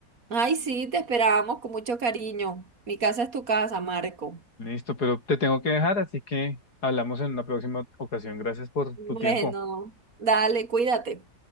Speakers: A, on the right; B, on the left.
A: Ay, sí, te esperábamos con mucho cariño. Mi casa es tu casa, Marco.
B: Listo, pero te tengo que dejar, así que hablamos en una próxima ocasión. Gracias por
A: Bueno,
B: tu tiempo.
A: dale, cuídate.